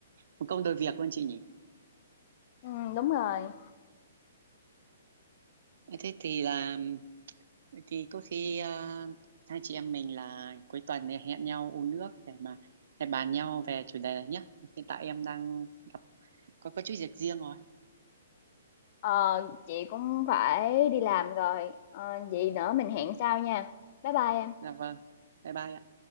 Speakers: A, on the right; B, on the left.
A: một công đôi việc luôn chị nhỉ
B: Ừm, đúng rồi.
A: thế thì là Vậy thì có khi à, hai chị em mình là cuối tuần này hẹn nhau uống nước để mà để bàn nhau về chủ đề này nhé. Hiện tại em đang gặp có có chút việc riêng rồi.
B: Ờ, chị cũng phải đi làm rồi, ờ, vậy nữa mình hẹn sau nha. Bye bye em.
A: Dạ vâng. Bye bye ạ.